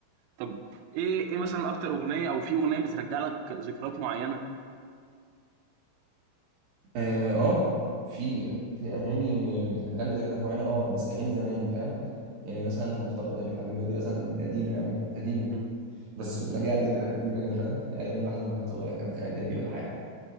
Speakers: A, on the right (about 90°); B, on the right (about 65°).
A: طب ايه ايه مثلا اكتر اغنيه او في اغنيه بترجع لك ذكريات معينه
B: اه آه، في في اغاني بترجع لي ذكريات معينه اه بس اغاني زمان فاهم يعني مثلا مفتقد الحبيبه دي مثلا دي قديمه قوي قديمه
A: امم
B: بس بترجع لي ذكريات قديمه كده فاهم ايام الواحد لما كان صغير كان في اعدادي ولا حاجه